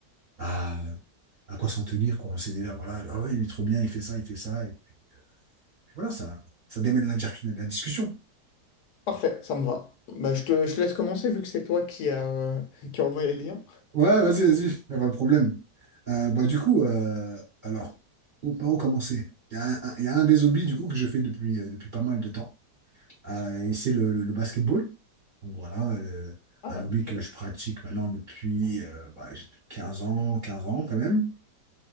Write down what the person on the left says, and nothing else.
Parfait, ça me va. Bah, je te, je te laisse commencer vu que c'est toi qui a, euh, <laughs> qui a envoyé le lien.
Ah,
très
bien,